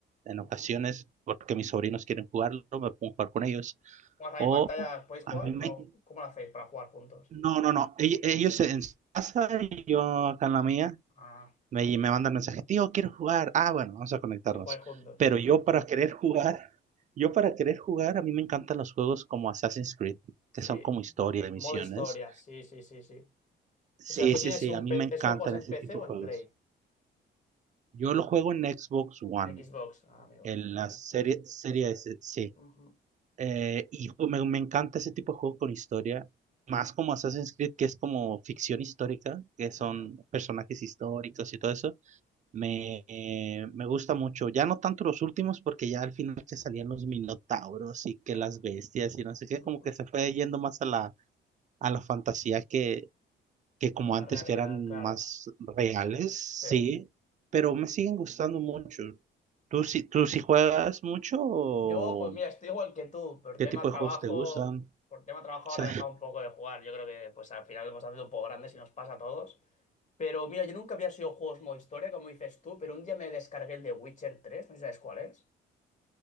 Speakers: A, on the right; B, on the left.
A: en
B: ujú.
A: ocasiones porque mis sobrinos quieren jugarlo, me pongo a jugar con ellos.
B: ¿Juegas ahí
A: O
B: pantalla? ¿Podéis jugar?
A: a mí me...
B: No, ¿cómo lo hacéis para jugar juntos?
A: No, no, no, ell- ellos en su casa y yo acá en la mía.
B: Ah,
A: Me, me mandan mensajes, tío, quiero jugar. Ah, bueno, vamos a conectarnos.
B: que jugáis juntos.
A: Pero yo para querer jugar, yo para querer jugar, a mí me encantan los juegos como Assassin's Creed, que
B: Sí.
A: son como historia de misiones.
B: Modo historia, sí, sí, sí, sí.
A: Sí,
B: O sea, tú
A: sí,
B: tienes
A: sí,
B: un
A: a mí
B: PC.
A: me encantan
B: ¿Eso lo juegas
A: ese
B: en PC
A: tipo
B: o
A: de
B: en
A: juegos.
B: Play?
A: Yo lo juego en Xbox One,
B: En Xbox, ah, amigo.
A: en la serie, serie S, sí.
B: Ujú,
A: Eh, y pues, me, me encanta ese tipo de juego con historia, más como Assassin's Creed, que es como ficción histórica, que son
B: ajá,
A: personajes históricos y todo eso. Me, eh, me gusta mucho, ya no tanto los últimos, porque ya al final que salían los minotauros y que
B: Claro.
A: las bestias y no sé qué,
B: ujú.
A: como que se fue yendo más a la, a la fantasía que, que como
B: Qué más
A: antes
B: realidad,
A: que eran
B: claro.
A: más reales,
B: Sí.
A: sí, pero me siguen gustando mucho. ¿Tú sí, tú sí juegas mucho o
B: Yo, pues mira, estoy igual que tú, por
A: qué
B: tema
A: tipo
B: trabajo,
A: de juegos te gustan?
B: por tema trabajo
A: Sí,
B: ahora he dejado un poco de jugar. Yo creo que pues al final hemos haciendo un poco grandes y nos pasa a todos. Pero mira, yo nunca había sido juegos modo historia, como dices tú, pero un día me descargué el de Witcher 3, no sé si sabes cuál es.